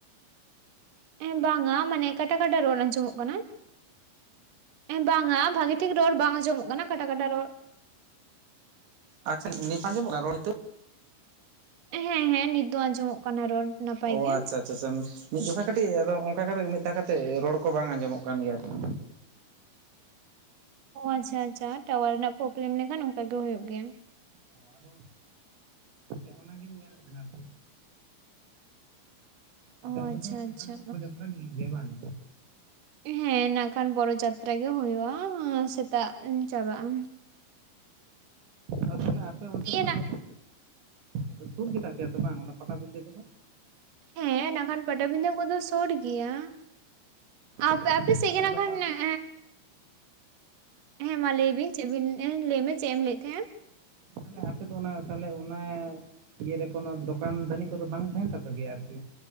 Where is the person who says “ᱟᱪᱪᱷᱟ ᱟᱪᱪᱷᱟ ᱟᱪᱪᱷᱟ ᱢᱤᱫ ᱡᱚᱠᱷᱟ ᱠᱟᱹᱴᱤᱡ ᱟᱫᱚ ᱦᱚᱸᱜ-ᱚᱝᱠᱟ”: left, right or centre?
Right